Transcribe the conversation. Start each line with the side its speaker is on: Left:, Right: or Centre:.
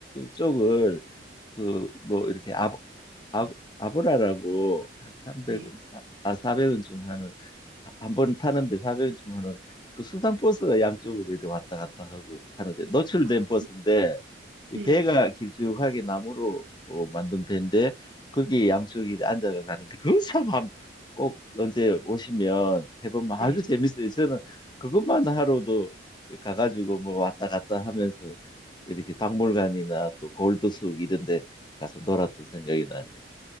Left: 쪽을 그 뭐 이렇게 아, 아, 아브라라고 한 300원
Right: 네.
Left: 아 400원쯤 하는 한 번 타는데 4 0 0주하 은그 수상버스가 양쪽으로 이렇게 왔다 갔다 하고 하는데 노출된
Right: 아,
Left: 버스인데 이
Right: 네,
Left: 배가 길쭉하게 나무로 어, 만든 배인데 거기 양쪽이 앉아가 가는데 그런 사람 한- 꼭 언제 오시면 해보면 아주
Right: 네.
Left: 재밌어요. 저는 그것만 하러도 가가지고 뭐 왔다 갔다 하면서 이렇게 박물관이나 또 골드숙 이런 데 가서 놀았던 생각이 나네요.